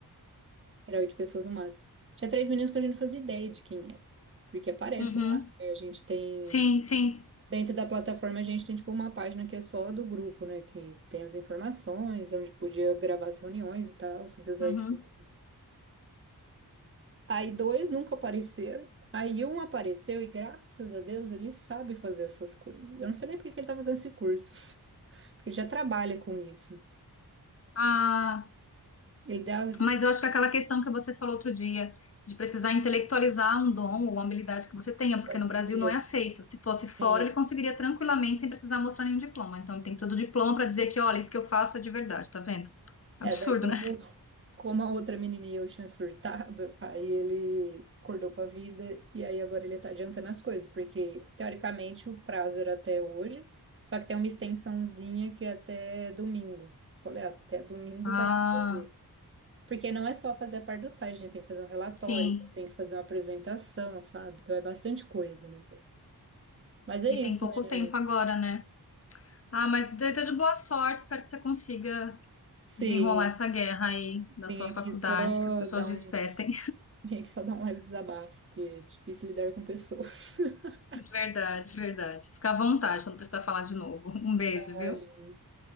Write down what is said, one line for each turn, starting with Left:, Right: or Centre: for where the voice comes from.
Right: Era oito pessoas no máximo. Tinha três meninos que a gente não fazia ideia de quem era, porque aparece
Left: Uhum.
Right: lá, né? A gente tem
Left: Sim, sim.
Right: dentro da plataforma a gente tem tipo uma página que é só do grupo, né? Que tem as informações, onde podia gravar as reuniões e tal, subir os
Left: Uhum.
Right: arquivos. Aí dois nunca apareceram. Aí um apareceu e graças a Deus ele sabe fazer essas coisas. Eu não sei nem por que que ele tá fazendo esse curso, <laughs> porque ele já trabalha com isso.
Left: Ah,
Right: Ele deve,
Left: mas eu acho que aquela questão que você falou outro dia, de precisar intelectualizar um dom ou uma habilidade que você tenha, porque
Right: pode
Left: no Brasil
Right: ser,
Left: não é aceito. Se fosse fora,
Right: sim.
Left: ele conseguiria tranquilamente sem precisar mostrar nenhum diploma. Então, ele tem todo o diploma para dizer que, olha, isso que eu faço é de verdade, tá vendo? Absurdo,
Right: É, daí como,
Left: né?
Right: como a outra menininha eu tinha surtado, aí ele acordou pra vida e aí agora ele tá adiantando as coisas, porque teoricamente o prazo era até hoje, só que tem uma extensãozinha que é até domingo. Falei, "Ah, até domingo
Left: Ah,
Right: dá pra fazer. Porque não é só fazer a parte do site, a gente tem que fazer um relatório,
Left: sim.
Right: tem que fazer uma apresentação, sabe? Então é bastante coisa, né? Mas é
Left: E
Right: isso,
Left: tem pouco
Right: né?
Left: tempo agora, né? Ah, mas desejo boa sorte, espero que você consiga
Right: Sim,
Left: desenrolar essa guerra aí da
Right: vim
Left: sua
Right: aqui
Left: faculdade,
Right: só
Left: que as pessoas
Right: dar um,
Left: despertem.
Right: <laughs> vim aqui só dar um leve desabafo, porque é difícil lidar com pessoas. <laughs>
Left: <laughs> Verdade, verdade. Fica à vontade quando precisar falar de novo. Um beijo,
Right: Imagina.
Left: viu?